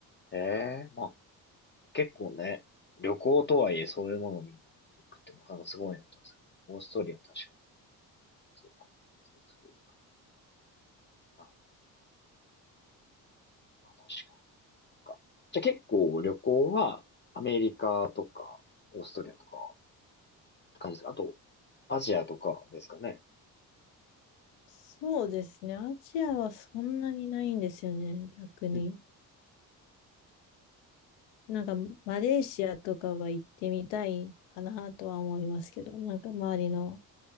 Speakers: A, on the left; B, on the left.
A: えーまあ結構ね、旅行とはいえそういうものを見に行くってなかなかすごいなと思うんですよね。オーストリア確かに。そうか。そうするあ、確かにか。じゃあ結構旅行はアメリカとかオーストリアとかって感じですかあと、アジアとかですかね。
B: そうですね。アジアはそんなにないんですよね、逆に。
A: うんうん
B: なんかマレーシアとかは行ってみたいかなとは思いますけど、なんか周りの